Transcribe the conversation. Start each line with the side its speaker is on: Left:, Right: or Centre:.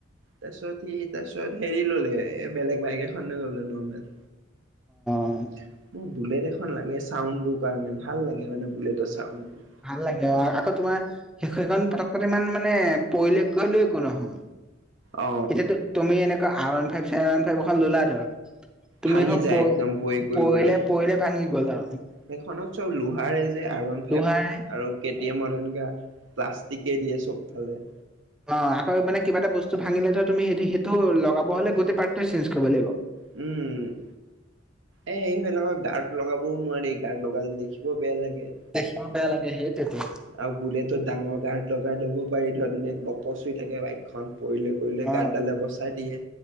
Right: তাৰপিছত সি, তাৰপিছত হেৰি ল'লে, এ, বেলেগ বাইক এখনে ল'লে, নৰ্মেল।
Centre: অ
Right: উম! বুলেট এখন লাগে, চাউণ্ডটোৰ কাৰণে। ভাল লাগে মানে, বুলেটৰ চাউণ্ডটো।
Centre: ভাল লাগে, অ'! আকৌ, তোমাৰ সেইখন, পতকনে ইমান মানে, পৰিলে কৰিলেও, একো নহয়।
Right: অ
Centre: এতিয়া, <unintelligible> তুমি এনেকুৱা, R one five, sir one five এখন ল'লা ধৰ, তুমি
Right: ভাঙি
Centre: এখন,
Right: যায়
Centre: প
Right: একদম পৰি কৰি
Centre: পৰিলে-পৰিলে
Right: গলে
Centre: ভাঙি গ'ল আৰু।
Right: সেইখনত চব লোহাৰে যে, আইৰন ফাইভ
Centre: দোহাই
Right: আৰু কে
Centre: তুমি
Right: টি এম <unintelligible> প্লাষ্টিকে দিয়ে, চবফালে।
Centre: অ'! আকৌ মানে, কিবা এটা বস্তু ভাঙিলে, ধৰ তুমি, সই সেইটো লগাব হ'লে, গোটেই পাৰ্টটোৱে চেঞ্চ কৰিব লাগিব।
Right: উম! এই, এইবিলাকৰ গাৰ্ড লগাবও নোৱাৰি। গাৰ্ড লগালে, দেখিবও বেয়া লাগে।
Centre: দেখিব বেয়া লাগে, সেইটোৱেতো!
Right: আৰু বুলেটত ডাঙৰ গাৰ্ড লগাই দিব পাৰি, ধৰ এনে, গপচ হৈ থাকে, বাইকখন পৰিলে। পৰিলে,
Centre: অ
Right: গাৰ্ড ডালে বচাই দিয়ে।